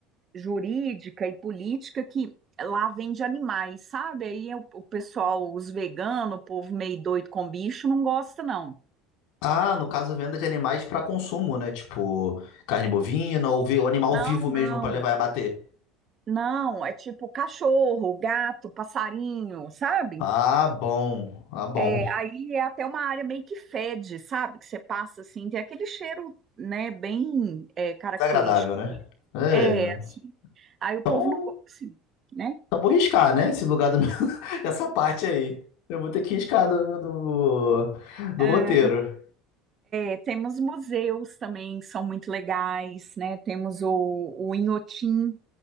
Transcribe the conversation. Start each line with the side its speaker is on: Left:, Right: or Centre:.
Right: jurídica e política que lá vende animais, sabe? Aí o, o pessoal, os veganos, o povo meio doido com bicho, não gosta, não.
Left: Ah, no caso, venda de animais para consumo, né? Tipo, carne bovina ou, vi- ou animal
Right: Não,
Left: vivo mesmo
Right: não,
Left: para levar e abater.
Right: não, é tipo cachorro, gato, passarinho, sabe?
Left: Ah, bom. Ah, bom.
Right: É, aí é até uma área meio que fede, sabe? Que você passa assim, tem aquele cheiro, né, bem é, característico.
Left: Desagradável, né? É,
Right: É,
Left: né?
Right: assim, Aí o
Left: Então,
Right: povo não gosta, assim, né?
Left: então vou riscar, né? Esse lugar do meu... <laughs> Essa parte aí. Eu vou ter que riscar do, do, do
Right: É,
Left: roteiro.
Right: é, temos museus também, que são muito legais, né? Temos o, o Inhotim,